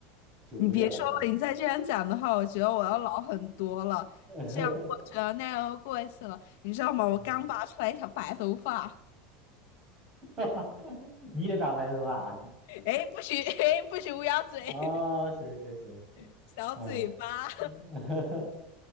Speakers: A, on the right; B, on the left.
A: 九个月了，
B: 你别说了，
A: 快，
B: 你再这样讲的话，我觉得我要老很多了。
A: <laughs>
B: 这样过去了，那样又过去了，你知道吗？我刚拔出来一条白头发，
A: 嗯，<laughs> 你也长白头发啊
B: <laughs> 哎，不许，<laughs> 哎，不许乌鸦嘴，
A: <laughs> 哦，行行行，
B: <laughs> 小嘴巴。
A: 嗯，<laughs>